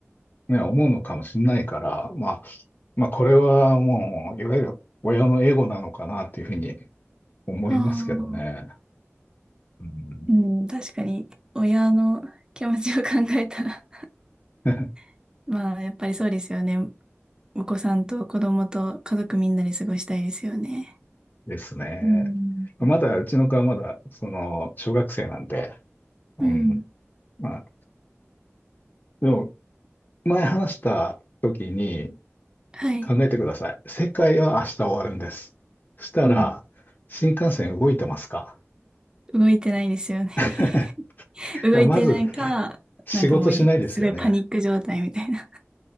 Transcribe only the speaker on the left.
ね、思うのかもしれないから、まあ、まあ、これはもう、いわゆる親のエゴなのかなっていうふうに思いますけどね。
うん、
<laughs>
ですね。
まだ、うちの子はまだ、その、小学生なんで、うん、
まあ、でも、前話した時に
考えてください。世界は明日終わるんです。そしたら、
新幹線動いてますか
<laughs>
やまず仕事しないですよね。